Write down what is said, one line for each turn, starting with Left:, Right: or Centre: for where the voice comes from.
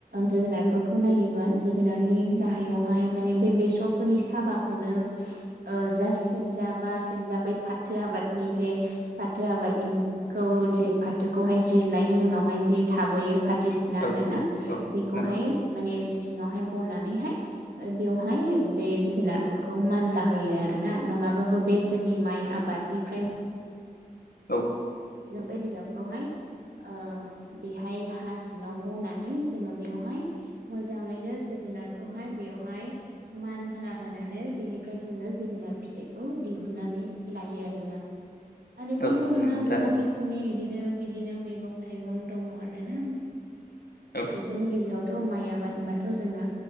Right: जोगोनारफोरखौ नायोबा जोगोनारनि गाहायावहाय माने बे बेसर फोरनि साबाखौनो जा सेनजा बा सेनजा बै फाथो आबादनि जे फाथो आबादनिखौ जे फाथोखौहाय जिरनायनि उनावहाय जे थाबोयो फाथोसिना
Left: औ
Right: होनोना
Left: औ औ
Right: बेखौहाय
Left: नंगौ
Right: माने सिङावहाय बनानैहाय बेवहाय बे जोगोनारफोरखौ मानला होयो आरोना नङाबाबो बे जोंनि माइ आब बादनिफ्राय
Left: औ।
Right: जों बे जिगाबखौहाय ओ बेहाय हा सिङाव बनानै जोङो बेवहाय मोजाङैनो जोगोनारखौहाय बेवहाय मानला होनानै बेनिफ्राय जोङो जोगोनार फिथाइखौ दिहुननानै लायो आरोना। आरो
Left: औ
Right: बेल'
Left: औ
Right: नङा
Left: नंगौ थारैनो
Right: गोबां रोखोमनि बिदिनो बिदिनो मैगं थाइगं दङ आरोना
Left: औ
Right: बेफोरनि गेजेराव थ' माइ आबाद होनबाथ' जोंना